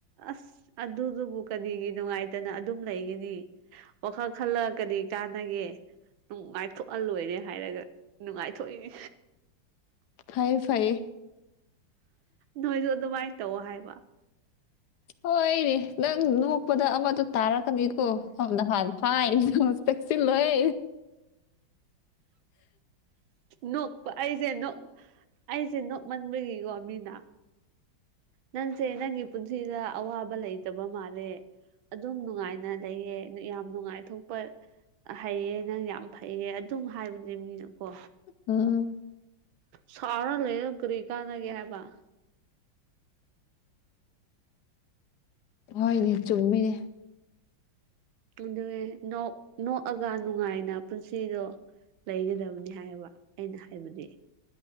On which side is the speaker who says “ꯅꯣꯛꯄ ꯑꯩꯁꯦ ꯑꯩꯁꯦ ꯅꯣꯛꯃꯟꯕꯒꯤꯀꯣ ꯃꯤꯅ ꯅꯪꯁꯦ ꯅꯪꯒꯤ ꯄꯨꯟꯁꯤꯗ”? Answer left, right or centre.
Right